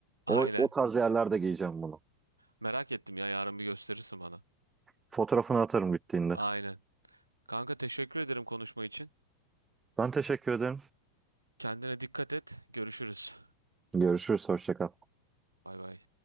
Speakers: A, on the right; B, on the right.
A: O,
B: <laughs> Aynen.
A: o tarz yerlerde giyeceğim bunu.
B: Merak ettim ya yarın bir gösterirsin bana.
A: Fotoğrafını atarım bittiğinde.
B: Aynen. Kanka teşekkür ederim konuşma için.
A: Ben teşekkür ederim.
B: Kendine dikkat et. Görüşürüz.
A: Görüşürüz. Hoşça kal.
B: Bay bay.